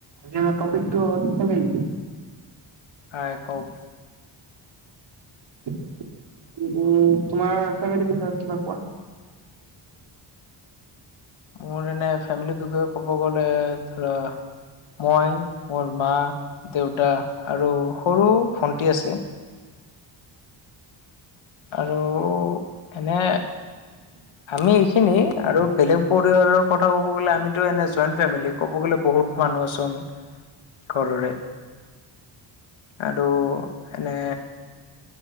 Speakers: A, on the right; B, on the left.
A: আজি আমাৰ টপিকটো হ'ল খালে নিকি?
B: হয় কওঁক।
A: উম, তোমাৰ ফেমিলি বিষয়ে কিবা কোৱা।
B: মোৰ এনে ফেমিলিৰ বিষয়ে ক'ব গ'লে ধৰা মই মোৰ মা, দেউতা আৰু সৰু ভন্টি আছে। আৰু এনে
A: হয়।
B: আমি এইখিনি আৰু বেলেগ পৰিয়াৰৰ কথা ক'ব গ'লে আমিতো এনে জইণ্ট ফেমিলি ক'ব গ'লে বহুত মানুহ আছো আমি ঘৰৰে। আৰু এনে